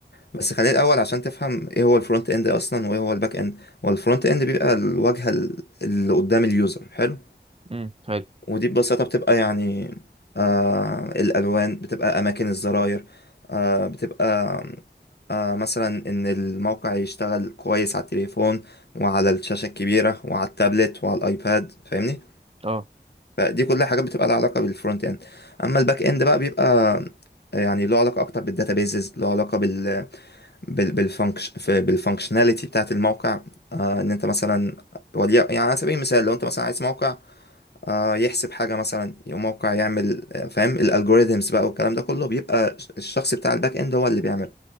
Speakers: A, on the left; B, on the right.
A: بس خلينا الاول عشان تفهم ايه هو الفرونت اند اصلا وايه هو الباك اند هو الفرونت اند بيبقى الواجهه ال- اللي قدام اليوزر حلو
B: امم حلو
A: ودي ببساطه بتبقى يعني آه الالوان بتبقى اماكن الزراير آه بتبقى آه مثلا ان الموقع يشتغل كويس على التليفون وعلى الشاشه الكبيره وعلى التابلت وعلى الايباد فاهمني
B: اه
A: فدي كلها حاجات بتبقى لها علاقه بالفرونت اند اما الباك اند بقى بيبقى يعني له علاقه اكتر بالداتابيزز له علاقه بال بال بالفانكش في بالفانكشناليتي بتاعت الموقع آه ان انت مثلا ولي يعني على سبيل المثال لو انت مثلا عايز موقع آه يحسب حاجه مثلا او موقع يعمل آه، فاهم الالجوريزمز بقى والكلام ده كله بيبقى الشخص بتاع الباك اند هو اللي بيعمله